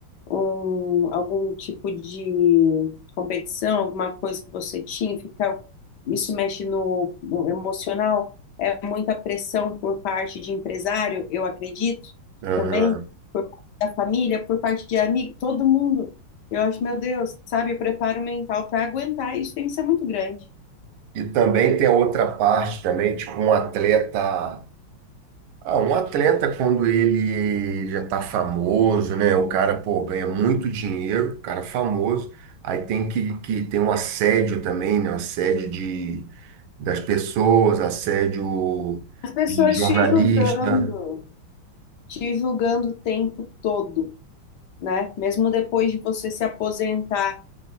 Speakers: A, on the left (about 65°); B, on the right (about 75°).
A: um, algum tipo de competição, alguma coisa que você tinha, ficar, isso mexe no, no emocional, é muita pressão por parte de empresário, eu acredito,
B: Aham.
A: também, por parte da família, por parte de amigo, todo mundo. Eu acho, meu Deus, sabe, o preparo mental para aguentar isso tem que ser muito grande.
B: E também tem a outra parte também, tipo um atleta Ah, um atleta, quando ele já tá famoso, né? O cara, pô, ganha muito dinheiro, o cara famoso, aí tem que, que tem um assédio também, né? Um assédio de, das pessoas, assédio
A: As pessoas
B: de jornalista.
A: te julgando, te julgando o tempo todo, né? Mesmo depois de você se aposentar